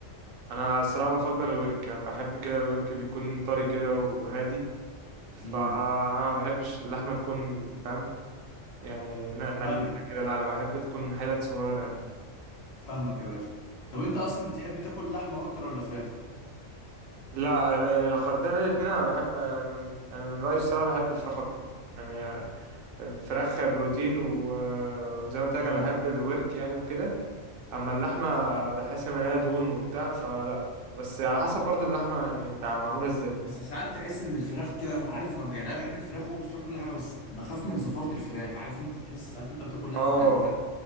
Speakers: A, on the right; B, on the left.
A: انا الصراحه بفضل الورك يعني بحب كده الورك بيكون طري كده وهادي فانا
B: امم
A: ما بحبش اللحمه تكون فاهم يعني ن- مليانه
B: فاهمك
A: كده لا انا بحب تكون حتت صغيره يعني
B: فاهمك يا باشا طب انت اصلا بتحب تاكل لحمه اكتر ولا فراخ
A: لا يعني لو قارنتها بين الاتنين انا بحب آه، من يعني من رايي الصراحه بحب الفراخ اكتر يعني الفراخ بروتين و- وزي ما قلت لك
B: امم
A: أنا بحب الورك يعني وكده اما اللحمه بحس ان هي دهون وبتاع فلا بس على حسب برضو اللحمه يعني انت معموله ازاي
B: بس ساعات تحس ان الفراخ كده أنا عارف انا يعني انا بحب الفراخ وباكل فراخ كل حاجه بس بخاف من زفاره الفراخ عارف انت تحس ساعات انت بتاكل لحم
A: اه
B: آه، فراخ